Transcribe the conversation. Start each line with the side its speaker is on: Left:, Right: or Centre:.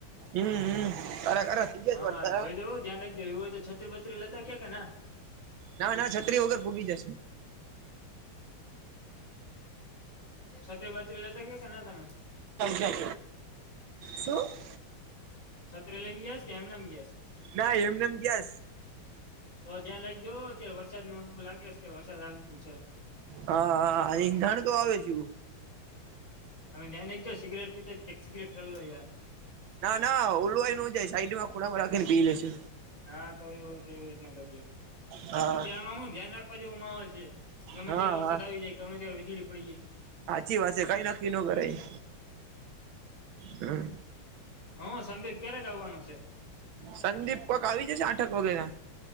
Right: હમ હમ અરે અરે સીધે
Left: હા
Right: જ વર્તા
Left: જોઈ જ ધ્યાન રાખી જા એવ હોય તો છત્રી બત્રી લેતા ગયા કે ના?
Right: ના ના છત્રી વગર ફૂગી જશે.
Left: છત્રી બત્રી લેતા ગયા કે ના તમે
Right: એ શટ શ સ <unintelligible>
Left: સતત્ર લઈન ગયાસ કે એમ નામ ગયાસ?
Right: ના એમને એમ ગ્યાસ?
Left: તો ધ્યાં લઈ જવો અત્યારે વરસાદ નું એવું લાગે છે કે વરસાદ આવે એ છે.
Right: હા હા એંધણ તો આવે છે.
Left: અનેમે ધ્યાનને એક જો સિગરેટ પીતે એક સિગરેટ ઠરલો.
Right: ના ના ઓલવાય ન જાય સાઈ માં ખોલામાં રાખીને પી લે છે.
Left: હા તો એવું તો એવી રીતના કરજો,
Right: હા
Left: અત્યારે આમાં હું ધ્યાન રાખવા જેવું માહોલ છે. ગમે
Right: હા
Left: ત્યારે વરસાદ
Right: હા
Left: આવી જાય ગમે ત્યારે વીજળી પડી જાય.
Right: સાચી વાત છે કઈ નક્કી ન કરાય હમ.
Left: હ સંદીપ ક્યારેક આવવાનો છે?
Right: સંદીપ કોક આવી જ છે આઠક વગે.